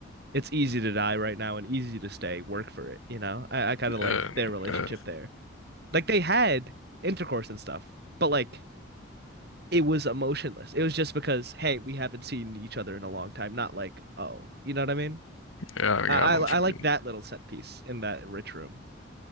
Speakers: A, on the right (about 50°); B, on the left (about 90°).
A: it's easy to die right now and easy to stay, work for it, you know? I, I kind
B: Yeah,
A: of like their relationship
B: yeah,
A: there. Like they had intercourse and stuff, but like it was emotionless. It was just because, hey, we haven't seen each other in a long time. Not like, oh, you know what I mean?
B: yeah.
A: I
B: yeah I know
A: I, I
B: what you
A: like
B: mean.
A: that little set piece in that rich room.